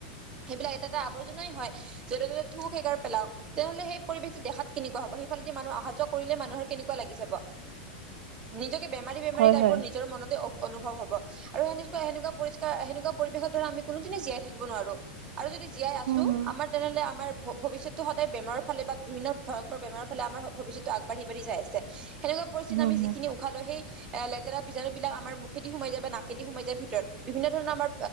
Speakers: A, on the right; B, on the right.
A: সেইবিলাক এটা এটা আৱৰ্জনাই হয় যতে ততে থু-খেকাৰ পেলাও তেনেহলে সেই পৰিৱেশটো দেখাত কেনেকুৱা হব সেইফালেদি মানুহ আহা যোৱা কৰিলে মানুহৰ কেনে লাগি যাব নিজকে বেমাৰী বেমাৰী
B: হয়,
A: টাইপৰ
B: হয়।
A: নিজৰ মনতে অনুভৱ হব আৰু সেনেকুৱা সেনেকুৱা পৰিষ্কাৰ সেনেকুৱা পৰিৱেশত ধৰা আমি কোনোদিনে জীয়াই থাকিব নোৱাৰো আৰু যদি জীয়াই আছো
B: উম, হুম।
A: আমাৰ তেনেহ'লে আমাৰ ভৱিষ্যতটো সদায় বেমাৰ ফালে বা বিভিন্ন ভয়ংকৰ বেমাৰৰ ফালে আমাৰ ভৱিষ্যতটো আগবাঢ়ি আগবাঢ়ি যায় আছে সেনেকোৱা পৰিস্থিতিত
B: উম,
A: আমি
B: হুম,
A: যিখিনি উশাহ লৈ সেই লেতেৰা বিজাণু বিলাক আমাৰ মুখেদি সোমাই যায় বা নাকেদি সোমাই যায় ভিতৰত বিভিন্ন ধৰণৰ আমাৰ